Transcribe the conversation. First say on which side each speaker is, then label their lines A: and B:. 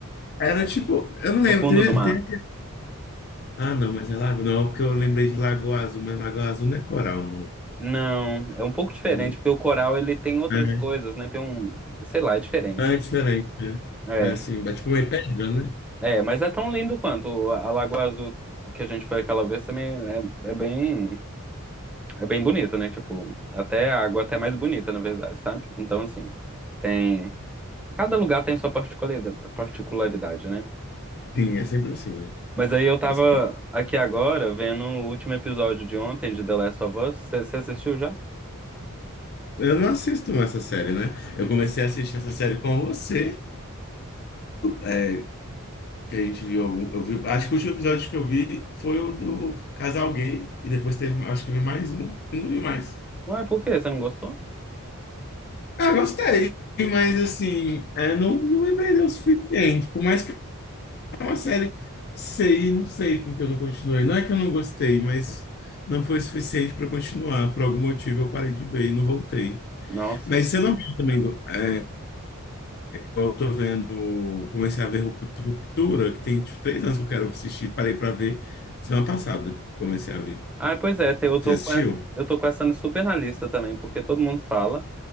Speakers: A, on the left; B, in the centre.
A: Era tipo, eu não lembro,
B: No fundo
A: teve,
B: do mar.
A: teve- Ah, não, mas é lago, não, porque eu lembrei de Lagoa Azul, mas Lagoa Azul não é coral, não.
B: Não, é um pouco diferente,
A: não,
B: porque o coral ele tem outras
A: né?
B: coisas, né? Tem um. Sei lá, é diferente.
A: É, é diferente, né?
B: É,
A: É assim, é tipo meio pedra, né?
B: é, mas é tão lindo quanto a a Lagoa Azul que a gente foi aquela vez também é, é bem. É bem bonito, né? Tipo, até a água até é mais bonita, na verdade, sabe? Então, assim, tem. Cada lugar tem sua particulari- particularidade, né?
A: Sim, é sempre assim, né?
B: Mas aí eu tava
A: Os-
B: aqui agora vendo o último episódio de ontem de The Last of Us. Você assistiu já?
A: Eu não assisto essa série, né? Eu comecei a assistir essa série com você. é, que a gente viu algum. Eu vi, acho que o último episódio que eu vi foi o do casal gay. E depois teve, acho que eu vi mais um. E não vi mais.
B: Ué, por quê? Você não gostou?
A: Ah, gostei. Mas assim, é, não, não me prendeu o suficiente. Por mais que é uma série. sei, não sei porque eu não continuei. Não é que eu não gostei, mas não foi suficiente para continuar. Por algum motivo eu parei de ver e não voltei.
B: Nossa.
A: Mas você não viu também. é, eu tô vendo, comecei a ver Rup- Ruptura, que tem tipo, três anos que eu quero assistir, parei pra ver semana passada, comecei a ver.
B: Ah, pois é, te- eu tô
A: Você assistiu?
B: com essa, eu tô com essa super na lista também, porque todo mundo fala.